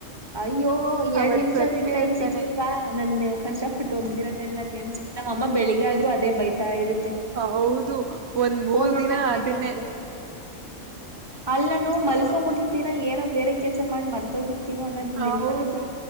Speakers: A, on the right (about 25°); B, on the right (about 65°).
A: ಅಯ್ಯೋ ಎರಡ್
B: ಅವತ್
A: ನಿಮಿಷದಿಂ
B: ಸತ್ವಿ
A: ಟೈಮ್
B: ಅಂತಾನೆ
A: ಸಿಗ್ಲಿಲ್ವಾ ನನ್ನ ಕಷ್ಟಪಟ್ಟು ಹೋಗ್ದಿರೋದೆಲ್ಲ ನೆನ್ಸ ನಮ್ಮ ಬೆಳಗ್ಗೆ ಆದ್ರು ಅದೇ ಬೈತ ಇರುತ್ತೆ
B: ಹೌದು ಒಂದ್ ಮೂರ್
A: ಫೋನ್ ನೋಡ್ಕೋ
B: ದಿನ
A: ಹೂತಿದ್ಯಾ
B: ಅದನ್ನೇ
A: ಅನ್ಕೊಂಡು ಹ್ಮ್ ಅಲ್ಲ ನಾನು ಮಲ್ಕೊ್ ಮುಟ್ಟಿರ್ತೀನ ಏನೋ ಬೇರೆ ಕೆಲ್ಸ ಮಾಡಿ ಮರ್ತೋಗಿರ್ತಿ ಿನೋ ಅನ್ನೋದ್
B: ಹೌದು
A: ನೆನ್ಪರಲ್ಲ